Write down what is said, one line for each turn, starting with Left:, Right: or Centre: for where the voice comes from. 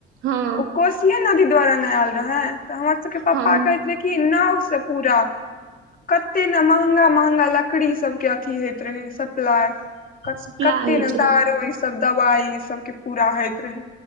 Right: हँ
Left: ओ कोसिये नदी द्वारा न आयल रहे तऽ हमर सबके पपा
Right: हँ
Left: कहै स कि नाव से पूरा कते न महंगा महंगा लकड़ी सब के अथी होयइत रहे सप्लाइ
Right: सप्लाइ
Left: कत्ते
Right: होइ
Left: ने
Right: छलै
Left: दारू ई सब दवाइ ई सबके पूरा होइत रहै